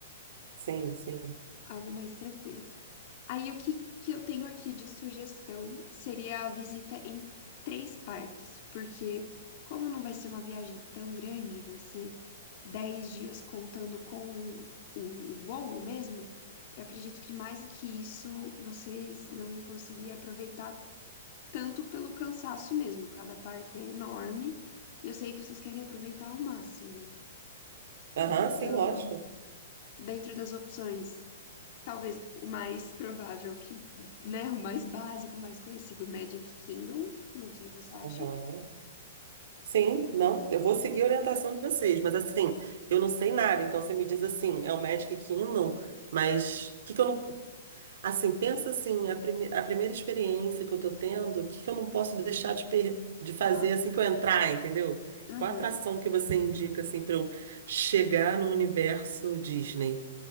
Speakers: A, on the right; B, on the left.
A: Sim, sim.
B: algo mais tranquilo. Aí o que, que eu tenho aqui de sugestão seria a visita em três parques, porque como não vai ser uma viagem tão grande, vai ser 10 dias contando com o, o voo mesmo, eu acredito que mais do que isso vocês não iam conseguir aproveitar tanto pelo cansaço mesmo. Cada parque é enorme e eu sei que vocês querem aproveitar ao máximo, né?
A: Aham,
B: Então,
A: sim, lógico.
B: dentro das opções. Talvez o mais provável que, né, o mais básico, o mais conhecido, Magic Kingdom. Não sei o que você acha.
A: Aham. Sim, não, eu vou seguir a orientação de vocês, mas assim, eu não sei nada, então você me diz assim, é o Magic Kingdom, mas o que que eu não. Assim, pensa assim, a, prime... a primeira experiência que eu tô tendo, o que que eu não posso deixar de, per... de fazer
B: Tá.
A: assim que eu entrar, entendeu?
B: Uhum.
A: Qual a atração que você indica, assim, para eu chegar no universo Disney?